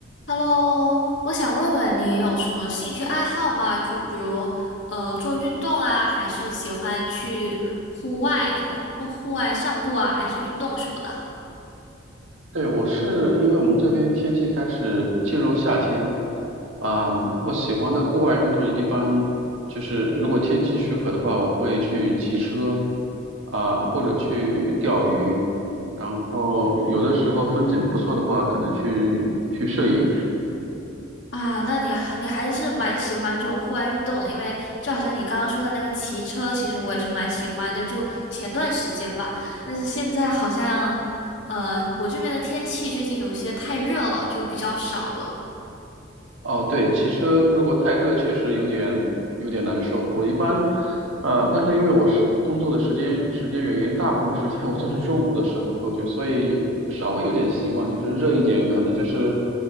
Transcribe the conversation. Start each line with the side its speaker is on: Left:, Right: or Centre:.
Left: Hello，我想问问你有什么兴趣爱好吗？就比如呃做运动啊，还是喜欢去户外户户外散步啊，还是运动什么的
Right: 对，我是因为我们这边天气开始进入夏天，啊、我喜欢的户外运动一般就是如果天气许可的话，我会去骑车，啊、或者去钓鱼，然后有的时候风景不错的话，可能去去摄影。
Left: 啊？那你还你还是蛮喜欢这种户外运动的，因为就好像你刚刚说的那个骑车，其实我也是蛮喜欢的，就前段时间吧。但是现在好像呃我这边的天气最近有些太热了，就比较少了。
Right: 哦，对，骑车如果太热，确实有点有点难受。我一般，呃，但是因为我是工作的时间时间原因，大部分时间 <laughs> 我都是中午的时候出去，所以有稍微有点习惯，就是热一点，可能就是，